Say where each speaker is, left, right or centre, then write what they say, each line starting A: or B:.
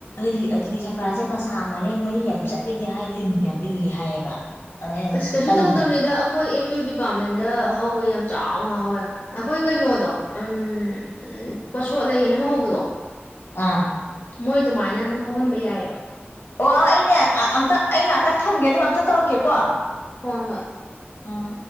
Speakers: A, on the left; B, on the left.
A: ꯏꯜ ꯑꯗꯨꯅꯤ ꯆꯤꯅꯤ ꯆꯝꯄ꯭ꯔꯥꯁꯦ ꯃꯁꯥ ꯃꯔꯦꯡ ꯃꯔꯤ ꯌꯥꯝ ꯆꯠꯂꯤꯗꯤ ꯍꯥꯏ ꯂꯤꯟꯒ ꯌꯥꯝ ꯏꯜꯂꯦꯗꯤ ꯍꯥꯏꯌꯦꯕ ꯑꯗ ꯑꯩꯅ
B: ꯑꯁ ꯀꯩꯁꯨ
A: ꯇꯜꯂꯤ
B: ꯇꯧꯗꯝꯅꯤꯗ ꯑꯩꯈꯣꯏ ꯑꯦꯝ ꯌꯨ ꯗꯤꯄꯥꯔꯠꯃꯦꯟꯗ ꯍꯧꯋꯦ ꯌꯥꯝ ꯆꯥꯎꯅ ꯍꯧꯋꯦ ꯑꯩꯈꯣꯏ ꯀꯩꯅꯣꯗꯣ ꯎꯝ ꯎꯝ ꯎꯝ ꯄꯁꯣꯠ ꯂꯩꯅ ꯑꯃ ꯍꯧꯕꯗꯣ
A: ꯑꯥ
B: ꯃꯣꯏ ꯑꯗꯨꯃꯥꯏꯅ ꯑꯗꯨꯝ ꯍꯧꯍꯟꯕ ꯌꯥꯏꯌꯦꯕ
A: ꯑꯣ ꯑꯩꯅꯦ ꯑꯝꯇ ꯑꯩ ꯉꯍꯥꯛꯇꯪ ꯊꯝꯒꯦ ꯑꯗꯨꯒ ꯑꯝꯇ ꯇꯧꯔꯛꯀꯦꯀꯣ
B: ꯍꯣꯏ ꯍꯣꯏ
A: ꯎꯝ